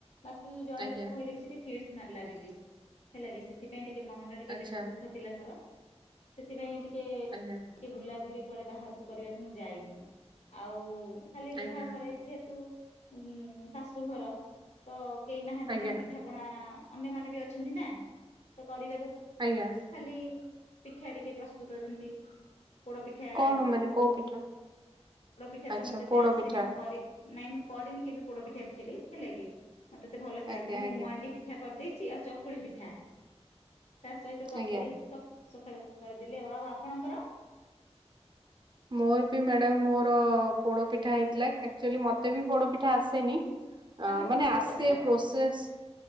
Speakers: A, on the left; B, on the right.
A: ବାକି ଜଣେ
B: ଆଜ୍ଞା
A: ଲୋକ କହିଲେ କି ସେଠି ଫିଡସ ମାରିଲା ବେଲି ହେଲା କି ସେଥିପାଇଁ ଟିକେ ମନଟା ଟିକେ
B: ଆଚ୍ଛା
A: ବେଶୀ ଦୁଃଖ ଥିଲା ମୋର ସେଥିପାଇଁ ଟିକେ
B: ଆଜ୍ଞା।
A: କି ବୁଲାବୁଲି କୁଆଡେ ବାହାରକୁ କରିବା। ମୁଁ ଯାଇନି ଆଉ ଖାଲି ଯାହା
B: ଆଜ୍ଞା
A: ଘରେ ଯେହେତୁ ଉ ଶାଶୁଘର ତ କେହି ନାହାନ୍ତି
B: ଆଜ୍ଞା
A: ମାନେ ପିଠା ପଣା ଅନ୍ୟମାନେ ବି ଅଛନ୍ତି ନା ତ କରିବାକୁ
B: ଆଜ୍ଞା।
A: ଖାଲି ପିଠା ଟିକେ ପ୍ରସ୍ତୁତ ଯେମତି ପୋଡପିଠା
B: କଣ ମାନେ କୋଉ ପିଠା?
A: ପୋଡ ପିଠା
B: ଆଚ୍ଛା
A: ତ ମତେ
B: ପୋଡ
A: ଆସେନି
B: ପିଠା
A: ମୁଁ କରି ନାଇଁ ମୁଁ କରିନି କେବେ ପୋଡ ପିଠା ଆକ୍ଚୁଆଲି ହେଲା କିି ମତେତ ଭଲସେ
B: ଆଜ୍ଞା
A: ଆସିନି ମୁଁ
B: ଆଜ୍ଞା
A: ମୁଁଆଣ୍ଡି ପିଠା କରିଦେଇଛି ଆଉ ଚକୁଳି ପିଠା ତା ସହିତ ତରକାରୀ
B: ଆଜ୍ଞା।
A: ସକାଳୁ କରିଦେଲି ଆଉ ଆଉ ଆପଣଙ୍କର
B: ମୋର ବି ମ୍ୟାଡାମ ମୋର ପୋଡ ପିଠା ହେଇଥିଲା। ଆ ଆକ୍ଚୁଆଲି ମତେ ବି ପୋଡ ପିଠା ଆସେନି
A: ଆମର
B: ମାନେ
A: ପୋଡପିଠା
B: ଆସେ ପ୍ରୋସେସ୍